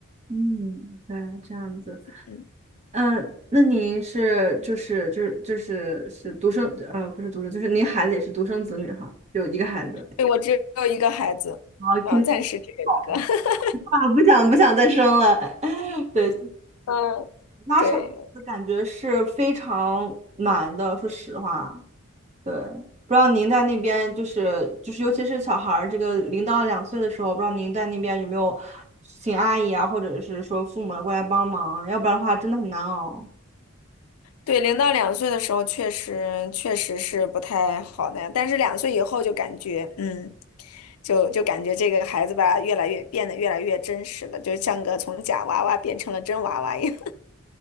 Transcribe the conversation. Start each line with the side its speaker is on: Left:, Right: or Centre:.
Right: 嗯，对，这样子。
Left: 嗯，
Right: 嗯，那您是就是就是就是是独生呃不是独生，就是您孩子也是独生子女哈，有一个孩子。
Left: 对，我只有一个孩子，
Right: 啊，
Left: 啊，
Right: 肯定好
Left: 暂时只有一个。<laughs>
Right: 啊，不想不想再生了。<laughs> 对，
Left: 嗯，
Right: 家长的感觉是非常难的，
Left: 对。
Right: 说实话。对，不知道您在那边就是就是，尤其是小孩儿这个零到两岁的时候，不知道您在那边有没有请阿姨啊，或者是说父母过来帮忙啊，要不然的话真的很难熬。
Left: 对，零到两岁的时候确实确实是不太好的，样，但是两岁以后就感觉，嗯，就就感觉这个孩子吧，越来越变得越来越真实了，就像个从假娃娃变成了真娃娃一样。<laughs>